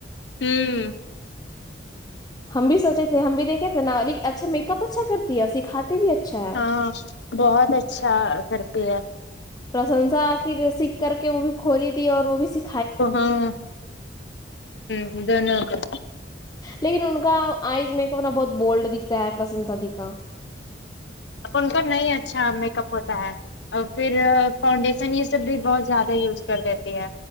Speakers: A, on the left; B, on the left.
A: ہوں
B: ہم بھی سوچے تھے ہم بھی دیکھے تھے نا علی اچھا میک اپ اچھا کرتی ہے اور سکھاتے بھی اچھا ہے
A: ہاں بہت اچھا کرتی ہے
B: پرشنسا آخر سیکھ کر کے وہ بھی کھلی تھی اور وہ بھی س
A: ہاں ہوں دونو کر
B: لیکن ان کا آئز میک اپا بہت بولڈ دیکھتا ہے پرشنسا دی کا
A: ان کا نہیں اچھا میک اپ ہوتا ہے اور پھر فاؤنڈیشن یہ سب بھی بہت زیادہ یوز کر دیتی ہے